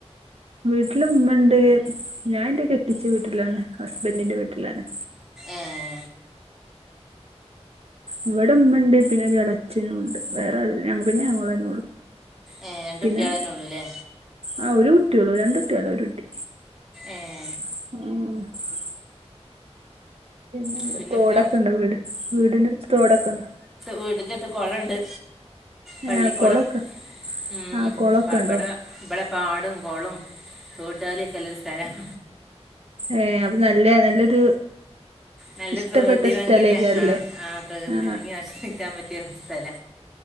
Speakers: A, on the right (about 60°); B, in the centre.
A: വീട്ടില ഉമ്മ ഉണ്ട് ഞാനെന്റെ കെട്ടിച്ച വീട്ടിലാണ് ഹസ്ബൻറിിന്റെ വീട്ടിലാണ്
B: ഏഹ്
A: ഇവിടെ ഉമ്മണ്ട് പിന്നെ <unintelligible> അച്ഛനും ഉണ്ട് വേറെ ആരൂല്ല ഞങ്ങ പിന്നെ നിങ്ങളെന്നെ ഉള്ളു
B: ഏ രണ്ട്
A: പിന്നെ
B: കുട്ടികളെന്നെ ഉള്ളൂല്ലേ
A: ആഹ് ഒരു കുട്ടിയുള്ളൂ രണ്ട് കുട്ടിയല്ല ഒരു കുട്ടി
B: ഏഹ്
A: <inaudible> പിന്നെ
B: പിന്നെത്താ
A: തോടൊക്കെ ഉണ്ട് വീട് വീടിന്റെടുത്ത് തോടൊക്കെണ്ട്
B: വീടിന്റെടുത്ത് കോളണ്ട് പള്ളിക്കുളം
A: ഏ കൊളൊക്കെ
B: ഉം
A: ആ കൊളൊക്കെ ഉണ്ടോ
B: ഇവടെ ഇവടെ പാടും കോളും തോട്ടാലിയൊക്കെ ഉള്ളൊരു സ്ഥലമാണ്
A: ഏഹ് അപ്പൊ നല്ല നല്ലൊരു
B: നല്ലൊരു
A: ഇഷ്ടപ്പെട്ട
B: പ്രകൃതി ഭംഗിയില്ല
A: സ്ഥലേക്കാരല്ലേ
B: ആഹ് ആഹ് പ്രകൃതി
A: ആ
B: ഭംഗി ആസ്വദിക്കും ആസ്വദിക്കാൻ പറ്റിയ ഒരു സ്ഥല